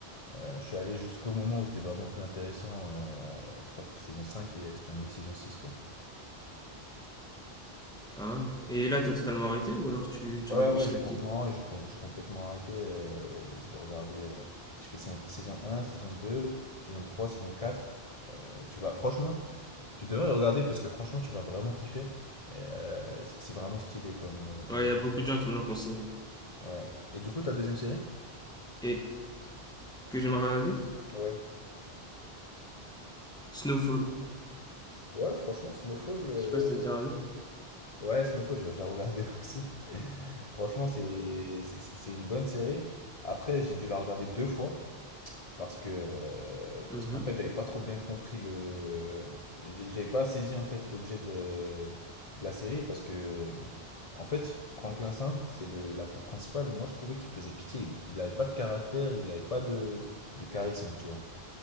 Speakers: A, on the left (about 35°); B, in the centre.
A: Euh, je suis allé jusqu'au moment où c'était vraiment plus intéressant. euh, je crois que c'était saison 5 et elle s'est terminée saison six quoi.
B: Ah, et là, t'as totalement arrêté ou alors tu, tu
A: Ouais,
B: rates petit
A: ouais, j'ai
B: à petit
A: com- non, j'ai com- j'ai complètement arrêté. euh, j'ai regardé, euh, j'ai fait saison, saison 1, saison 2, saison 3, saison 4. Euh, tu vas, franchement, Tu devrais regarder parce que franchement, tu vas vraiment kiffer. Et, euh, c'est c'est vraiment stylé comme, euh, comme...
B: Ouais, y a beaucoup de gens qui me l'ont conseillé.
A: Ouais. Et du coup, ta deuxième série?
B: Et que j'aimerais regarder
A: Ouais.
B: Snowfall.
A: Ouais, franchement, Snowfall. euh,
B: Je sais pas si t'as déjà regardé.
A: Ouais, Snowfall, j'ai déjà regardé <laughs> aussi. Franchement, c'est c'est c'est- c'est une bonne série. Après, j'ai dû la regarder deux fois. Parce que, euh,
B: Mhm.
A: parce qu'en fait, j'avais pas trop bien compris le. j'ai- J'avais pas saisi en fait l'objet de, de la série parce que, en fait, Franklin Saint, c'est le, l'acteur principal. Moi, je trouvais qu'il faisait pitié. Il, il avait pas de caractère, il avait pas de, de charisme, tu vois.